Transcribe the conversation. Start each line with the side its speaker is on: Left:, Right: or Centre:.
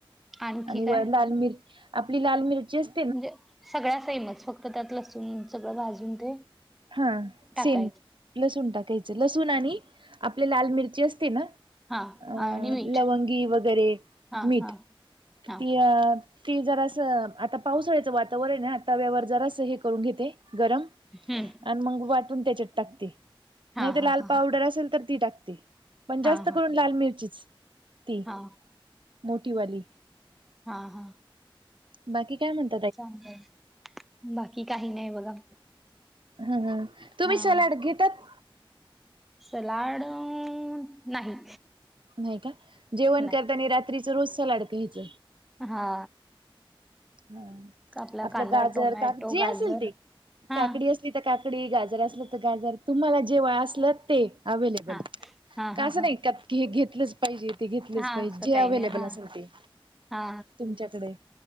Centre: आणखी
Right: आणि
Centre: काय
Right: व लाल मिर आपली लाल मिरची अस
Centre: म्हणजे सगळ्या सेमच फक्त त्यात लसूण सगळं भाजून ते
Right: हा
Centre: टाकायचं
Right: सेम. लसूण टाकायचं, लसूण आणि आपल्या लाल मिरची अस तेना
Centre: हा
Right: अं
Centre: आणि मीठ
Right: लवंगी वगैरे
Centre: हा
Right: मीठ.
Centre: हा हा
Right: तीळ आं तीळ जरास आता पावसाळ्याचं वातावरने ना तव्यावर जरास हे करून घेते गरम.
Centre: हं.
Right: अन मग वाटून त्याच्यात टाकते.
Centre: हा
Right: नाही तर
Centre: हा
Right: लाल
Centre: हा
Right: पावडर असेल तर ती टाकते. पण जास्त
Centre: हा हा
Right: करून लाल मिरचीच. ती
Centre: हा
Right: मोठीवाली.
Centre: हां हां.
Right: बाकी काय म्हणत
Centre: चागलंय. बाकी काही नाही बघा.
Right: हं हं. तुम्ही
Centre: हा
Right: सलाड घेतात?
Centre: सलाड अं नाही.
Right: नही का? जेवण
Centre: नाही
Right: करतानी रात्रीच रोज सलाड घ्यायच.
Centre: हा.
Right: हा.
Centre: आपला
Right: आपलं
Centre: कांदा
Right: गाजर
Centre: टोमॅटो
Right: काक जे
Centre: गाजर
Right: असेल ते.
Centre: हा
Right: काकडी अस ली तर काकडी गाजर असल तर गाजर तुम्हाला जे असलं ते. अवेलेबल.
Centre: हा हा
Right: का
Centre: हा
Right: अस
Centre: हा
Right: नाही क की हे घेतलंच पाहिजे, ते घेतलेच
Centre: हा
Right: पाहिजे,
Centre: असं
Right: जे
Centre: काही
Right: अवेलेबल
Centre: नाही हा
Right: असेल ते
Centre: हा
Right: तुमच्याकडे.